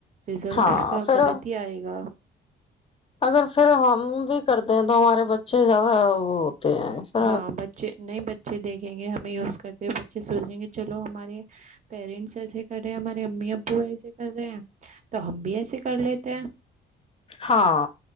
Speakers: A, on the right; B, on the left.
A: رزلٹ
B: ہاں
A: اس کا
B: پھر
A: غلط ہی آئے گا
B: اگر پھر ہم بھی کرتے ہیں تو ہمارے بچے زیادہ وہ ہوتے ہیں پھر
A: ہاں بچے نہیں بچے دیکھیں گے ہمیں یز کرتے ہوئے بچے سوچ دیں گے چلو ہمارے پیرنٹس ایسے کر رہے ہیں ہمارے امی ابو ایسے کر رہے ہیں تو ہم بھی ایسے کر لیتے ہیں
B: ہاں